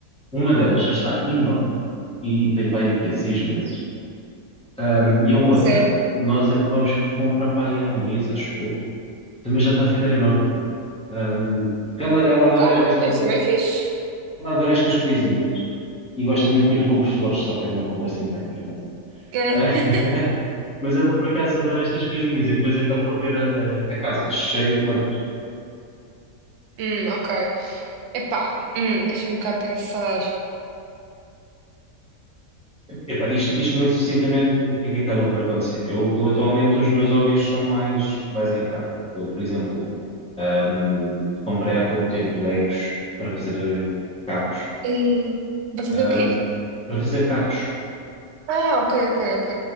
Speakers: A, in the centre; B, on the right.
A: Uma delas já está enorme e, e tem para aí que é seis meses. Ahm, e a outra,
B: Sério.
A: nós acabamos por comprar para aí há um mês, acho eu. Também já está a ficar enorme. Ahm, porque ela, ela adora
B: Então, olha,
A: esta,
B: isso é bem fixe.
A: ela adora estas coisinhas e gosta muito que eu lhe compre flores, só que eu não compro assim tanto para
B: <laughs>
A: É, mas ela por acaso adora estas coisinhas e depois acaba por ter a, a- a casa cheia de plantas.
B: Hum, ok. Epá, hum, deixa-me cá pensar.
A: Epá, isto, isto muito sucintamente, o que é que acaba por acontecer? Eu, eu atualmente os meus hobbies são mais, mais em casa. Eu, por exemplo, ahm, comprei há pouco tempo Legos para fazer eh, carros.
B: E... Vai fazer
A: Ahm,
B: o quê?
A: para fazer carros.
B: Ah, ok, ok, ok.